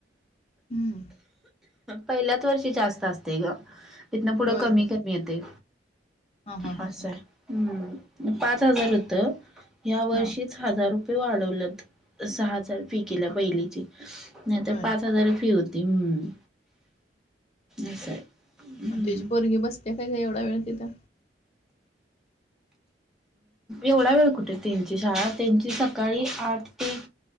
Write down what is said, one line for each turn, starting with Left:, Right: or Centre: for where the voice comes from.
Left: हम्म
Centre: पहिल्याच वर्षी जास्त आसतय गं. तिथनं पुढं
Left: होय
Centre: कमी
Left: होय
Centre: कमी येतय
Left: हां हां हां
Centre: आसं
Left: हां
Centre: आहे. हम् पाच हजार होतं या वर्षीच
Left: हां
Centre: हजार रुपये वाढवल्यात सहा हजार फी केल्या पहिलीची. नाही तर
Left: होय
Centre: पाच हजार फी होती, हम्म असं आहे. हम्म
Left: आणि तेजी पोरगी बसत्या काय गं एवढं वेळ तिथं?
Centre: एवढा वेळ कुठ त्यांची शाळा त्यांची सकाळी आठ ते